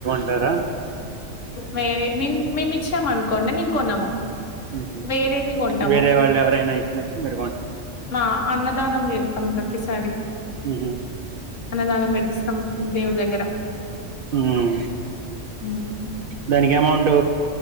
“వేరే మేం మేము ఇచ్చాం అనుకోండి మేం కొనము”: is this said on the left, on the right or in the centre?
Left